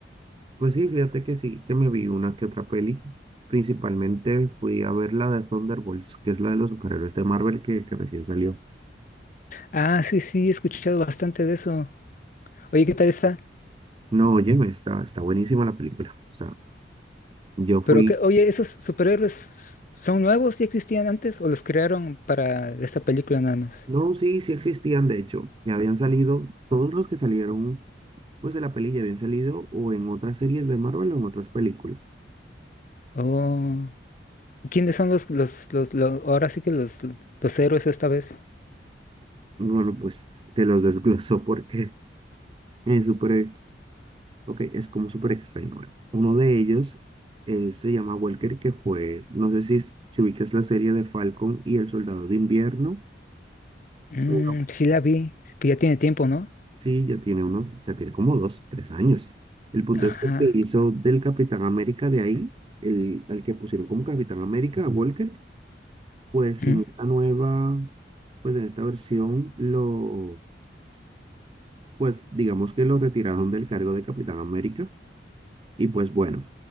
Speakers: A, on the right; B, on the left.
A: Pues sí, fíjate que sí, que me vi una que otra peli. Principalmente fui a ver la de Thunderbolts, que es la de los superhéroes de Marvel que, que recién salió.
B: Ah, sí, sí, he escuchado bastante de eso. Oye, ¿qué tal está?
A: No, oye, está, está buenísima la película. O sea, yo fui.
B: Pero qué, oye, ¿esos superhéroes son nuevos? ¿Ya existían antes o los crearon para esta película nada más?
A: No, sí, sí existían, de hecho. Ya habían salido, todos los que salieron, pues de la peli ya habían salido o en otras series de Marvel o en otras películas.
B: Oh, ¿quiénes son los, los, los, los- ahora sí que los, los héroes esta vez?
A: Y Bueno, pues te los desgloso porque <laughs> es súper. Ok, es como súper extraño. Bueno, uno de ellos eh, se llama Welker, que fue, no sé si, si ubicas la serie de Falcon y el Soldado de Invierno,
B: Mm,
A: pero
B: sí la vi, pero ya tiene tiempo, ¿no?
A: sí, ya tiene unos, ya tiene como dos, tres años. El punto
B: Ajá.
A: es que el que hizo del Capitán América de ahí, el, al que pusieron como Capitán América, a Walker, pues
B: Mm,
A: en esta nueva, pues en esta versión, lo, pues digamos que lo retiraron del cargo de Capitán América Y pues bueno,